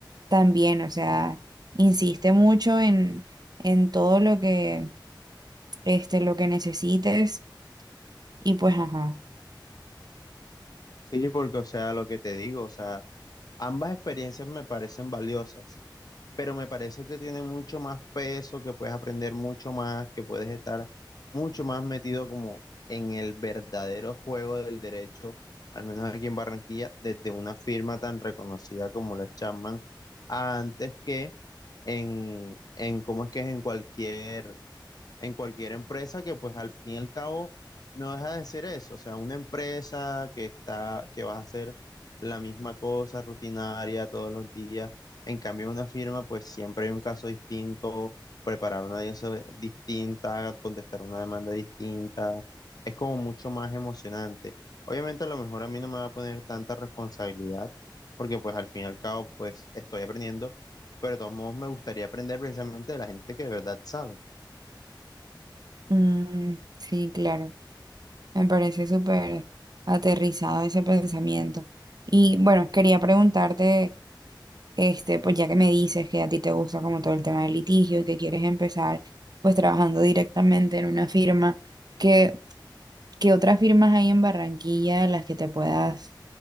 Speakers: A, on the right (about 55°); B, on the left (about 50°).
A: también, o sea, insiste mucho en, en todo lo que, este, lo que necesites y pues, ajá.
B: Sí, porque, o sea, lo que te digo, o sea, ambas experiencias me parecen valiosas. pero me parece que tiene mucho más peso, que puedes aprender mucho más, que puedes estar mucho más metido como en el verdadero juego del derecho, al menos aquí en Barranquilla, desde una firma tan reconocida como la Chapman, antes que en, en cómo es que es en cualquier en cualquier empresa que pues al fin y al cabo no deja de ser eso, o sea, una empresa que está, que vas a hacer la misma cosa rutinaria todos los días, en cambio en una firma pues siempre hay un caso distinto, preparar una audiencia distinta, contestar una demanda distinta, es como mucho más emocionante. Obviamente a lo mejor a mí no me va a poner tanta responsabilidad, porque pues al fin y al cabo pues estoy aprendiendo, pero de todos modos me gustaría aprender precisamente de la gente que de verdad sabe.
A: Mm, sí, claro, me parece súper aterrizado ese pensamiento. Y bueno, quería preguntarte... Este, pues ya que me dices que a ti te gusta como todo el tema del litigio y que quieres empezar pues trabajando directamente en una firma, ¿qué, qué otras firmas hay en Barranquilla en las que te puedas,